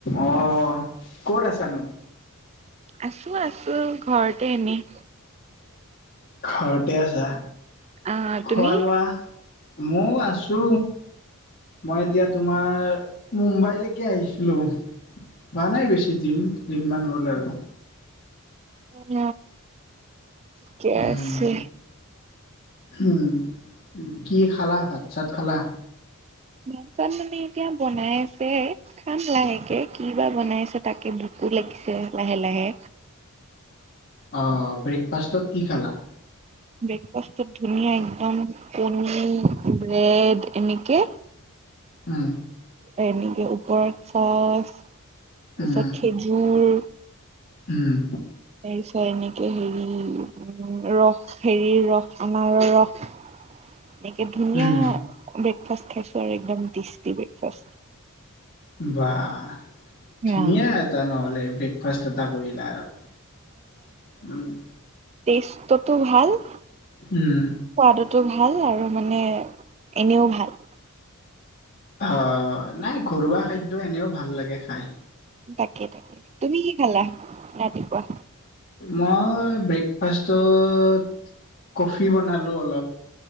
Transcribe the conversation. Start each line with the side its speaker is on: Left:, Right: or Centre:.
Left: অ ক'ত আছা নো।
Right: আছো আছো ঘৰতে এনেই।
Left: ঘৰত। থিকেই আছা
Right: আহ
Left: খোৱা
Right: তুমি
Left: লোৱা? ময়ো আছো। মই এতিয়া তোমাৰ। মুম্বাইলৈকে আহিছিলো হোৱা নাই বেছি দিন দুদিনমান হ'ল আৰু।
Right: উম থিকেই
Left: উম
Right: আছে।
Left: উম কি খালা ভাত চাত খালা।
Right: ভাত চাত মানে এতিয়া বনাই আছে? চে খাম লাহেকে কি বা বনাইছে? পিছে তাকে ভোকো লাগিছে লাহে লাহে।
Left: অ ব্ৰেকফাষ্টত কি খালা।
Right: ব্ৰেকফাষ্টটোত ধুনীয়া একদম কণী ব্ৰেড। এনেকে।
Left: উম
Right: এনেকে ওপৰত চচ। তাৰপিছত
Left: উম
Right: খেজুৰ?
Left: উম
Right: তাৰ পিছত এনেকে হেৰি উম ৰস হেৰি ৰস। আনাৰৰ ৰস একে ধুনীয়া
Left: উম
Right: ব্ৰেকফাষ্ট? খাইছো আৰু একদম টেষ্টি ব্ৰেকফাষ্ট।
Left: বাহ ধুনীয়া
Right: অ
Left: এটা নহ'লে ব্ৰেকফাষ্ট এটা কৰিলা আৰু উম।
Right: টেষ্ট টোত। টো ভাল সোৱাদত।
Left: উম।
Right: ভাল আৰু মানে এনেও ভাল।
Left: অ অ নাই ঘৰুৱা খাদ্য। এটো এনেও ভাল লাগে খাই।
Right: তাকে তাকে তুমি কি খালা? কেকুৱা।
Left: মই ব্ৰেকফাষ্টত কফি বনালো অলপ।